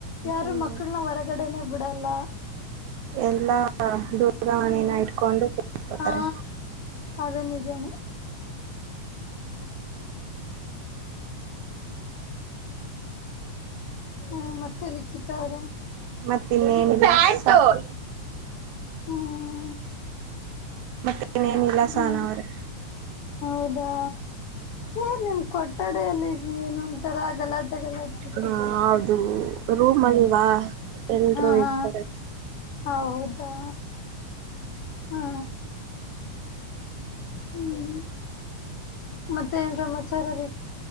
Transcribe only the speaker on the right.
ಹ್ಮ್
ಎಲ್ಲಾ ದೋ <unintelligible>
ನ ಇಟ್ಕೊಂಡು ಕುತ್ಕೊತಾರೆ
ಮತ್ತ್ ಇನ್ನೇನಿಲ್ಲ ತೋಯ್
ಮತ್ತಿನ್ನೇನಿಲ್ಲ
ಸಹನ ಅವ್ರೆ.
ಹಾ
ಹೌದು ರೂಮ್ ಅಲ್ವಾ ಎಲ್ರು
ಇರ್ತರೆ.